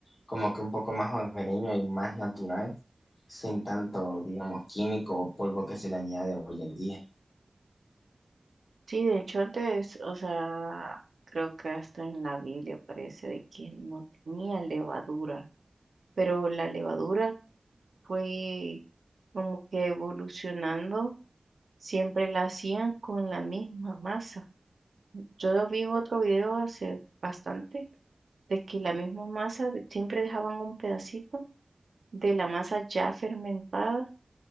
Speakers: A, on the left; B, on the right.
A: como que un poco más hogareño y más natural, sin tanto, digamos, químico o polvo que se le añade hoy en día.
B: Sí, de hecho antes, o sea, creo que hasta en la Biblia parece de que no tenía levadura, pero la levadura fue como que evolucionando, siempre la hacían con la misma masa. Yo lo vi en otro video hace bastante de que la misma masa de- siempre dejaban un pedacito de la masa ya fermentada